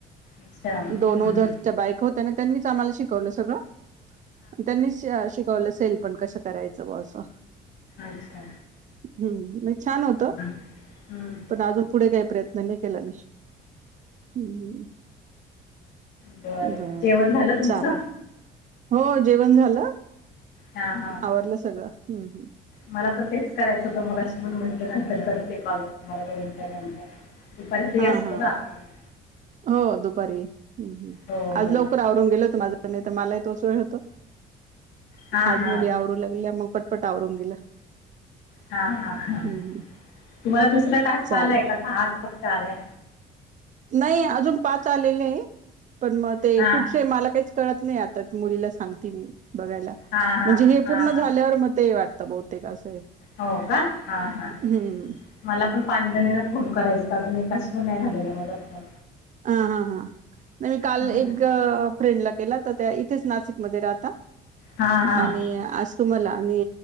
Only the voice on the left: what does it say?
अच्छा
हां
अच्छा
हम्म हम्म हम्म
बरं
जेवण झालं तुमचं
हां हां
मला पण तेच करायचं होतं मगाशी म्हणून म्हटलं नंतर करते कॉल तुम्हाला दोनच्या नंतर दुपारी फ्री
असतो
ना आपण मग
हो हो
हां
हां
हा हा हा
तुम्हाला दुसरा टास्क
आलाय का? का हाच फक्त आलाय?
हां
हां हां
हां
हां
हो का हा हा.
मला पण पाच जणीना फोन करायचे अजून एकाशी पण नाही झालेला माझा फोन
हं.
हां हां